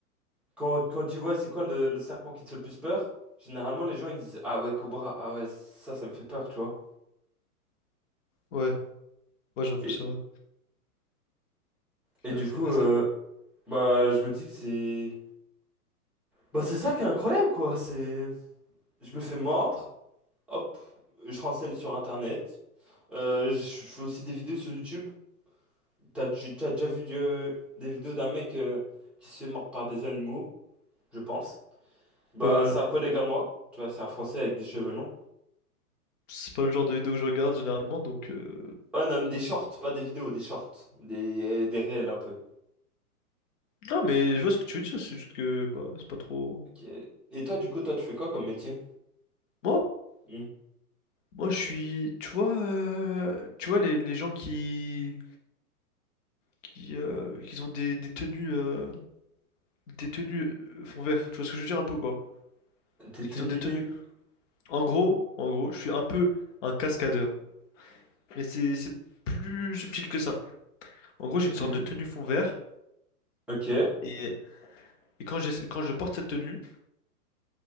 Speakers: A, in the centre; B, on the left.
A: quand quand on dit ouais, c'est quoi le, le serpent qui te fait le plus peur? Généralement, les gens ils disent ah ouais, Cobra, ah ouais, ça, ça me fait peur, tu vois.
B: Ouais, ouais, j'avoue,
A: Et,
B: c'est vrai.
A: et
B: C'est
A: du
B: c'est
A: coup,
B: vrai
A: euh,
B: ça.
A: bah je me dis que c'est, bah c'est ça qui est incroyable quoi. C'est, je me fais mordre, hop, je renseigne sur Internet. Euh, je je fais aussi des vidéos sur YouTube. T'as, dj- t'as déjà vu euh, des vidéos d'un mec euh, qui se fait mordre par des animaux, je pense. Bah
B: Euh,
A: c'est un collègue à moi, tu vois, c'est un Français avec des cheveux longs.
B: c'est pas le genre de vidéo que je regarde généralement, donc... euh,
A: Ouais, non, mais des shorts, pas des vidéos, des shorts, des, des réels un peu.
B: Non, mais je vois ce que tu veux dire, c'est juste que bah, c'est pas trop...
A: Ok. Et toi, du coup, toi, tu fais quoi comme métier?
B: Moi,
A: Hmm.
B: moi, je suis... Tu vois, euh, tu vois les, les gens qui... qui, euh, qui ont des, des tenues... euh, des tenues euh, fond vert, tu vois ce que je veux dire un peu ou pas?
A: T'es
B: Qui
A: tenu.
B: ont des tenues... En gros, en gros, je suis un peu un cascadeur, mais c'est c'est plus subtil que ça. En gros, j'ai une
A: Mhm.
B: sorte de tenue fond vert,
A: Ok.
B: et, et quand j'ai- quand je porte cette tenue...